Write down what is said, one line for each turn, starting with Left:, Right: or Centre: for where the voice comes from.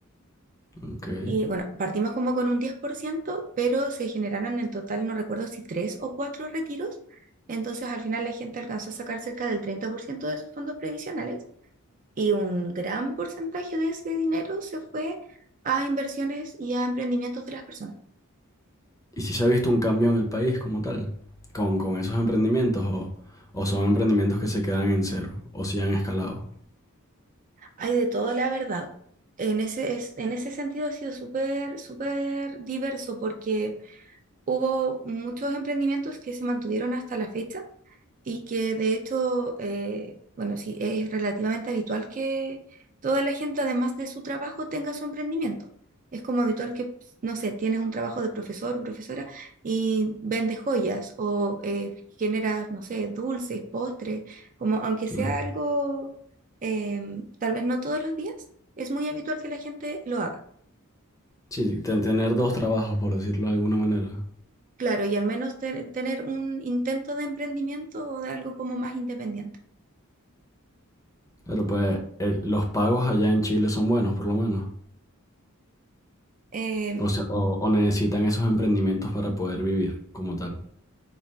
Left: Okay.
Right: Y bueno, partimos como con un 10% pero se generaron en total, no recuerdo si tres o cuatro retiros, entonces al final la gente alcanzó a sacar cerca del 30% de esos fondos previsionales y un gran porcentaje de ese dinero se fue a inversiones y a emprendimientos de las personas.
Left: ¿Y si se ha visto un cambio en el país como tal? ¿Con, con esos emprendimientos o, o son emprendimientos que se quedan en cero o si han escalado?
Right: Hay de todo, la verdad. En ese, es- en ese sentido ha sido súper, súper diverso porque hubo muchos emprendimientos que se mantuvieron hasta la fecha y que de hecho, eh, bueno, sí, es relativamente habitual que toda la gente, además de su trabajo, tenga su emprendimiento. Es como habitual que, no sé, tienes un trabajo de profesor o profesora y vendes joyas o eh, generas, no sé, dulces, postres, como aunque
Left: Claro.
Right: sea algo, em, tal vez no todos los días, es muy habitual que la gente lo haga.
Left: Sí, ten- tener dos trabajos, por decirlo de alguna manera.
Right: Claro, y al menos te- tener un intento de emprendimiento o de algo como más independiente.
Left: Pero pues el- los pagos allá en Chile son buenos, por lo menos.
Right: Em,
Left: O sea, o, o necesitan esos emprendimientos para poder vivir como tal.